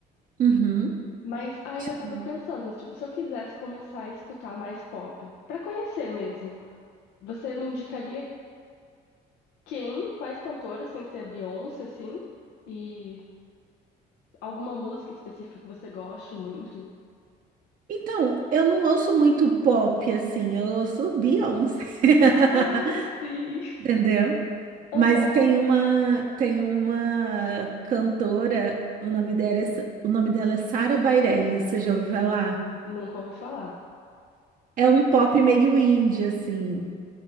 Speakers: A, on the right (about 55°); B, on the left (about 85°).
A: Uhum.
B: Mas aí
A: Sim.
B: eu tava pensando, tipo, se eu quisesse começar a escutar mais pop, pra conhecer mesmo, você me indicaria quem, quais cantoras, sem ser a Beyoncé, assim, e alguma música específica que você goste muito?
A: Então, eu não ouço muito pop assim, eu ouço Beyoncé. <laughs>
B: Ah, sim.
A: Entendeu?
B: Aham,
A: Mas tem uma tem uma cantora, o nome dela é, Sa- o nome dela é Sara Bareilles, você já ouviu falar?
B: nunca ouvi falar.
A: É um pop meio indie assim.